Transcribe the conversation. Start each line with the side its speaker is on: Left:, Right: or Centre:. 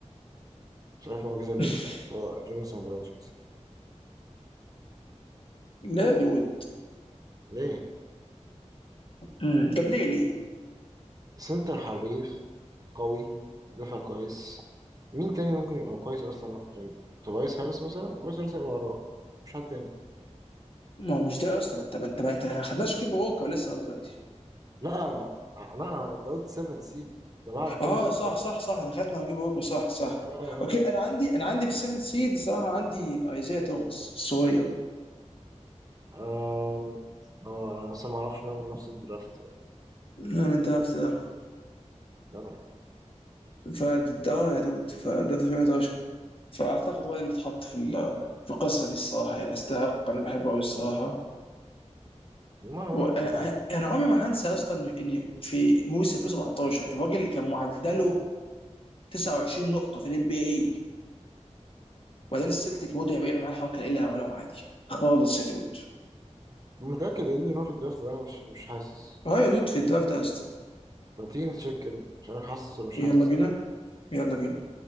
Right: مش عارف معجزة ليه
Left: <laughs>
Right: صراحة سواء جوناثان فرانشنسي
Left: لا دود
Right: ليه؟
Left: مم. طب ليه ليه؟
Right: سنتر حريف قوي مدافع كويس مين تاني ممكن يبقى كويس أصلا يعني توبايس هارس مثلا توبايس هارس هيبقى وراه مش حد تاني
Left: ما هو مش ده اصلا انت انت ما انت ما خدناش كيمبا ووكر لسه لغايه دلوقتي
Right: لا لا ده قلت 7 سيد ده بعد كيمبا
Left: اه
Right: بوكر
Left: صح
Right: بقى
Left: صح صح انا خدنا كيمبا ووكر صح صح
Right: اه
Left: اوكي انا عندي انا عندي في السيفن سيد صراحه عندي ايزيا توماس الصغير
Right: اه اه انا لسه ما اعرفش لو نفس الدرافت يعني
Left: انا الدرافت ده
Right: جدع
Left: ف اه يا دود فده في 2011 فاعتقد هو اللي اتحط في ال- في القصه دي الصراحه يعني يستحق انا بحبه قوي الصراحه
Right: ما
Left: وانا
Right: ممكن طبعا
Left: انا عمري ما هنسى يا اسطى ان إن في موسم 2017 الراجل كان معدله 29 نقطه في الام بي اي وبعدين السلتيك برضه بيعمل معاه الحركه اللي عملهم عادي خالص يا دود
Right: متأكد ان هو في الدرافت ده مش مش حاسس
Left: اه يا دود في الدراft ده يا اسطى
Right: طب تيجي نتشيك كده مش عارف حاسس ولا مش
Left: يلا
Right: حاسس
Left: بينا يلا بينا